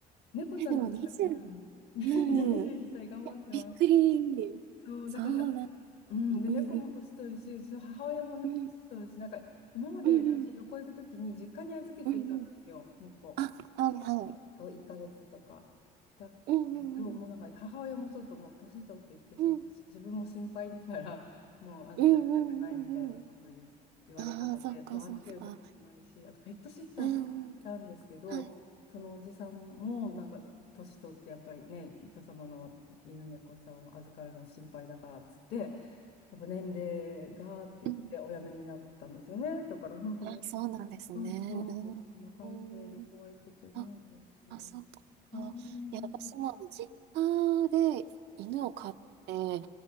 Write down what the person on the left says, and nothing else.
猫ちゃんってきゃ、
うん、<laughs> 21歳頑張ってます。
そう、
だから、うん、
で、
猫も年取るし、うちの母親も年取るし、
なんか今まで私旅行行くときに実家に預けてたんですよ、
猫。
そう、1ヶ月とか。だけど、
もうなんか母親もちょっともう年取ってきて、
ちょっと自分も心配だから、
<laughs> もう預かりたくないみたいなこと言う言われたので、
そう、預けるとこもないし、あとペットシッターさんもいたんですけど、
そのおじさんもなんか年取ってやっぱりね、人様の犬猫ちゃんを預かるの心配だからっつって、やっぱ年齢がって言ってお辞めになったんですよね。
だから本当に、
そうそう、
そんな感じで旅行は行けてないです。
うーん。